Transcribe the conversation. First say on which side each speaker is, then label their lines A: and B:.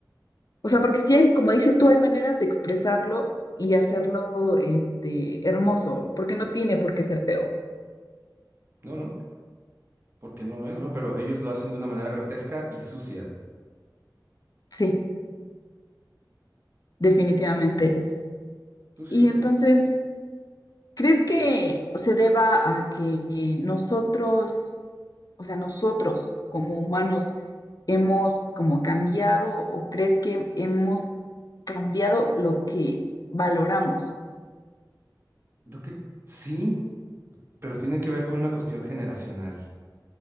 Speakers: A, on the right; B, on the left.
A: ¿sí?
B: O sea,
A: Ujú.
B: porque sí hay, como dices tú, hay maneras de expresarlo y hacerlo, este, hermoso, porque no tiene por qué ser feo.
A: No, no, porque no lo es, ¿no? Pero ellos lo hacen de una manera grotesca y sucia.
B: Sí, definitivamente.
A: Sí, es, es, es- es es sucio
B: Y
A: y grotesco.
B: entonces... ¿Crees que se deba a que nosotros, o sea, nosotros como humanos hemos como cambiado o crees que hemos cambiado lo que valoramos?
A: Lo que sí, pero tiene que ver con una cuestión generacional.